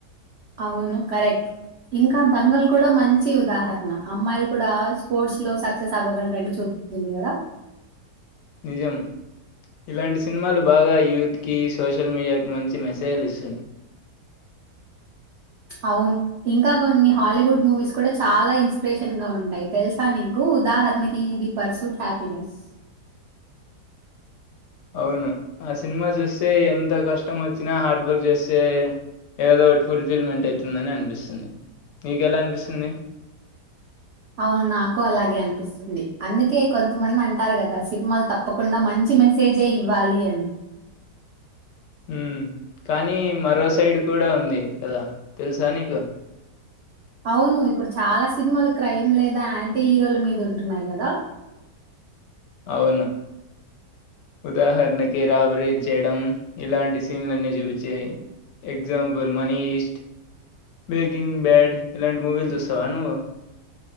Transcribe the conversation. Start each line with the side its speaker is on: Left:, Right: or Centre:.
Right: అవును కరెక్ట్ ఇంకా దంగల్ కూడా మంచి ఉదాహరణ అమ్మాయిల్ కూడా స్పోర్ట్స్ లొ సక్సెస్ అవ్వగలరని చూపుతుంది కదా
Left: నిజం ఇలాంటి సిన్మాలు బాగా యూత్ కి సోషల్ మీడియాకి మంచి మెసేజ్లు ఇస్తున్నాయ్
Right: అవును ఇంకా కొన్ని హాలీవుడ్ మూవీస్ కూడ చాలా ఇన్స్పిరేషన్ గా ఉంటయ్ తెల్సా నీకు ఉదాహరణకి ది పర్సుడ్ హ్యాపీనెస్
Left: అవును ఆ సిన్మా చూస్తే ఎంత కష్టం వచ్చినా హార్డ్ వర్క్ చేస్తే ఏదో ఒకటి ఫుల్ ఫిల్మెంట్ అయితుందని అనిపిస్తుంది నీకెలా అనిపిస్తుంది
Right: అవును నాకు అలాగే అనిపిస్తుంది అందుకే కొంతమంది అంటారు కద సిన్మాలు తప్పకుండ మంచి మెసేజే ఇవ్వాలి అని
Left: ఉమ్ కానీ మరో సైడ్ కూడ ఉంది కదా తెలుసా నీకు
Right: అవును ఇప్పుడు చాలా సిన్మాలు క్రైమ్ లేదా యాంటీ హీరోల మీద ఉంటున్నాయ్ గదా
Left: అవును ఉదాహరణకి రాబరీ చేయడం ఇలాంటి సీన్లన్నీ చూపిచ్చే example money heist breaking bad ఇలాంటి మూవీలు చూస్తవా నువ్వు